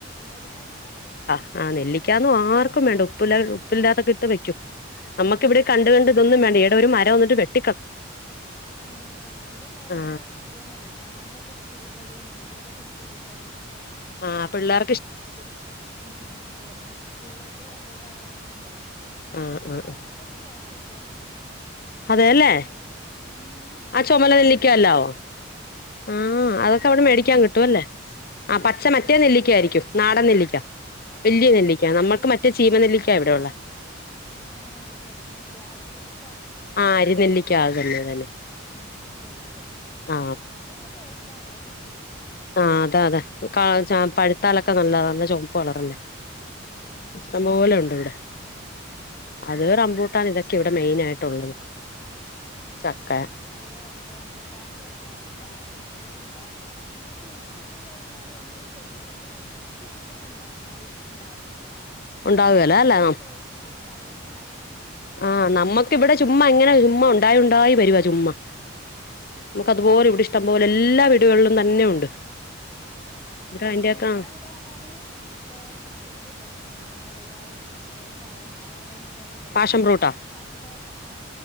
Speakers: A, on the left (about 20°); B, on the left (about 45°).
A: മരുന്നടിക്കാത്തെ.
B: ആഹ് നെല്ലിക്ക്യാന്നും ആർക്കും വേണ്ട ഉപ്പല ഉപ്പില്ലാത്തെ ഇട്ട് വെക്കും. നമുക്ക ഇവിടെ കണ്ട്
A: ഓ
B: കണ്ട് ഇതൊന്നും വേണ്ട ഈടെ ഒരു മരം അങ്ങോട്ട്‌ വെട്ടി.
A: ഏഹ് ന്റെ മോൻക്കത്.
B: ആ
A: കിട്ടിയാ മതി മാങ്ങ സുർക്കീലിട്ടത്, നെല്ലിക്ക സുർക്കീലിട്ടത്.
B: ആഹ് പിള്ളേർ
A: ഉപ്പ് ഉം അതന്നെ സ്കൂളിലേക്ക് കൊണ്ടോവാണ് അറഞ്ഞ്ങ്ങാണ്ട് കൊണ്ടോവും. ഞങ്ങളിവിടെ
B: ആ ആ
A: നെല്ലിക്കൊക്കെ ക്യാഷ് കൊടുത്ത് വാങ്ങലാ.
B: അതേല്ലെ
A: ഉം ഞങ്ങള്
B: ആ ചൊമല
A: കൊറച്ച്
B: നെല്ലിക്കല്ലാവോ.
A: വാങ്ങും
B: ആഹ് അതൊക്കെ
A: ഏ
B: അവിടെ
A: പച്ച
B: മേടിക്കാൻ കിട്ടുവല്ലേ ആ പച്ച മറ്റേ
A: ഉം
B: നെല്ലിക്ക ആയിരിക്കും. നാടൻ നെല്ലിക്ക
A: ആഹ് ആഹ്
B: വല്ല്യേ
A: നാടൻ
B: നെല്ലിക്ക നമ്മുക്ക്
A: അത്
B: മറ്റേ ചീമനെല്ലിക്ക്യാ
A: ഉം ഉം
B: ഇവിടെയുള്ളെ.
A: ആഹ് അഹ് ശെരി മറ്റേ ആരിനെല്ലി
B: ആഹ് അരി നെല്ലിക്ക ആഹ് തന്നെ തന്നെ.
A: ആഹ് ചെറുത്
B: ആ
A: ആഹ് അത് നല്ല ടേസ്റ്റാണല്ലോ സുർക്കീലിട്ടെച്ചാല്.
B: ആഹ് അതെ അതെ പഴുത്താലൊക്കെ നല്ലതാ നല്ല ചൊമപ്പ് കളറല്ലേ.
A: ആഹ്
B: ഇഷ്ടം പോലെ ഉണ്ട് ഇവിടെ. അത് റമ്പൂട്ടാൻ ഇതൊക്കെ ഇവിടെ മെയിനായിട്ടുള്ളത് ചക്കാ.
A: അവിടെ റംമ്പുട്ടാന് കുറവാണ് ഇണ്ടാവ എന്താ ഇങ്ങനെ കുഴിച്ചിട്ട് കഴിഞ്ഞാല് നമ്മള് ശ്രദ്ധിച്ച് ശ്രദ്ധിച്ച് കൊണ്ടനടന്നാലും ഉണ്ടാവില്ല
B: ഉണ്ടാവുകേല
A: നമ്മള് എങ്ങനെ
B: അല്ലെ
A: നോക്കി നോക്കി തലോടിയാലും അത് ഉണ്ടാവൂല
B: ആഹ് നമ്മക്ക് ഇവിടെ ചുമ്മാ ഇങ്ങനെ ചുമ്മാ ഉണ്ടായി ഉണ്ടായി വരുവാ ചുമ്മാ
A: ഏഹ്
B: നമുക്ക് അതുപോലെ
A: അത് ശരി
B: ഇവിടെ ഇഷ്ട ഇഷ്ടം പോലെ എല്ലാ വീടുകളിലും തന്നെ ഉണ്ട്
A: ഉം
B: ഇവിടെ
A: പിന്നെ
B: അതിന്റെയൊക്കെ
A: ഞങ്ങളെ എവിടെ പറഞ്ഞാല് ബെഷ ഫുഡ്ല്ലേ മറ്റേ എന്താ പറയാ ഇത്തെന് പറയ നിങ്ങള് അവിടെ അവിടെ എക്കെ എന്താ പറയാ
B: പാഷൻ
A: അറിയില്ല
B: ഫ്രൂട്ടാ
A: സപോട്ട ആ